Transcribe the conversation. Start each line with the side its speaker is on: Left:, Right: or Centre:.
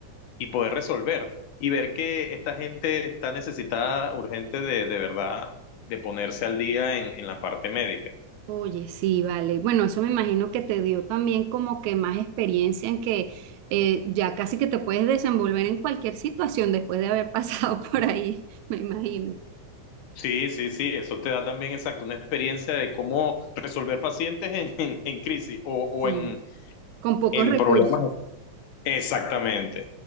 Left: y poder resolver y ver que esta gente está necesitada urgente de, de verdad de ponerse al día en, en la parte médica.
Right: Oye, sí, vale. Bueno, eso me imagino que te dio también como que más experiencia en que eh, ya casi que te puedes desenvolver en cualquier situación después de haber pasado <laughs> por ahí, me imagino.
Left: Sí, sí, sí, eso te da también exacto una experiencia de cómo resolver pacientes en, <laughs> en, en crisis o, o
Right: Sí,
Left: en,
Right: con pocos
Left: en
Right: recursos.
Left: problemas. Exactamente,